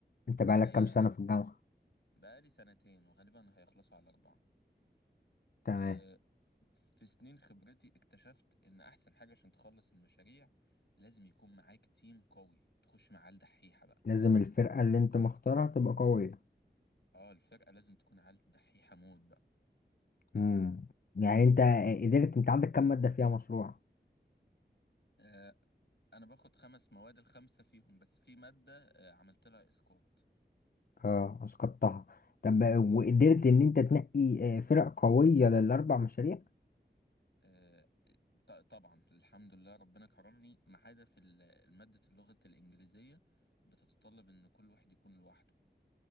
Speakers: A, on the left; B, on the left.
A: انت بقالك
B: هي
A: كام سنه في الجامعه
B: بقالي سنتين وغالبا هيخلصوا على اربعة
A: تمام
B: أه، في سنين خبرتي اكتشفت ان احسن حاجة عشان تخلص المشاريع لازم يكون معاك تيم قوي تخش مع عيال دحيحة بقى
A: لازم الفرقة اللي انت مختارها تبقى قوية
B: اه الفرقة لازم تكون عيال دحيحة موت بقى
A: امم يعني انت قدرت انت عندك كام مادة فيها مشروع
B: آه انا باخد خمس مواد الخمسة فيهم بس في مادة آه عملت لها اسقاط
A: اه اسقطتها طب
B: اسقط
A: وقدرت ان انت تنقي آه، فرق قوية للاربع مشاريع
B: آه ط- طبعا الحمد لله ربنا كرمني ما عدا في ال- مادة اللغة الإنجليزية بتتطلب ان كل واحد يكون لوحده